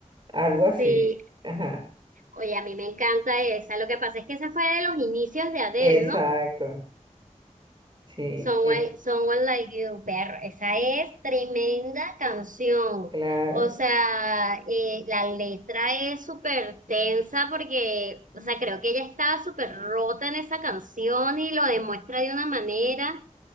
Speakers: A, on the right; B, on the right.
A: algo así.
B: Sí,
A: Ajá,
B: oye, a mí me encanta esa. Lo que pasa es que esa fue de los inicios de Adele,
A: exacto,
B: ¿no?
A: sí,
B: Someone,
A: eh,
B: Someone Like You, perro. Esa es tremenda canción.
A: claro,
B: O sea, eh, la letra es súper tensa porque, o sea, creo que ella estaba súper rota en esa canción y lo demuestra de una manera.